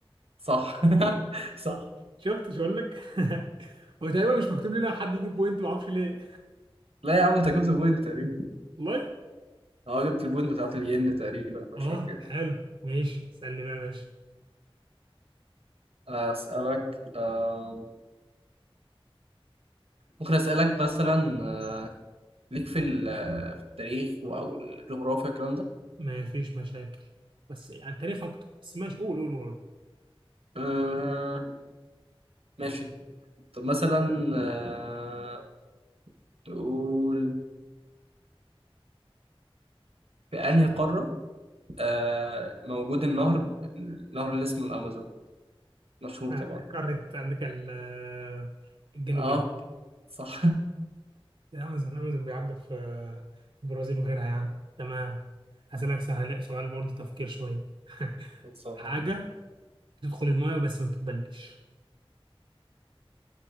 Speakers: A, on the right; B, on the right.
A: صح <laughs> صح
B: شفت مش هقول لك <laughs> هو تقريبا مش مكتوب لنا حد يجيب بوينت ما اعرفش ليه
A: لا يا عم أنت جبت بوينت تقريبا
B: والله
A: اه جبت البوينت بتاعت الين تقريبا حاجة
B: اه
A: شوية كده
B: حلو ماشي اسالني بقى يا باشا
A: أسألك آه ممكن أسألك مثلا آه، ليك في ال- في التاريخ او الجغرافيا الكلام ده
B: ما فيش مشاكل بس يعني تاريخ اكتر بس ماشي قول قول قول
A: آه ماشي طب مثلا آه نقول في انهي قارة آه موجود النهر النهر اللي اسمه الامازون مشهور
B: آه،
A: طبعا
B: قارة امريكا ال- آه، الجنوبية
A: اه صح
B: الامازون الامازون بيعدي في في البرازيل وغيرها يعني تمام هسألك سهل سؤال برضه تفكير شوية <laughs>
A: خلصان
B: حاجة تدخل المايه بس ما بتتبلش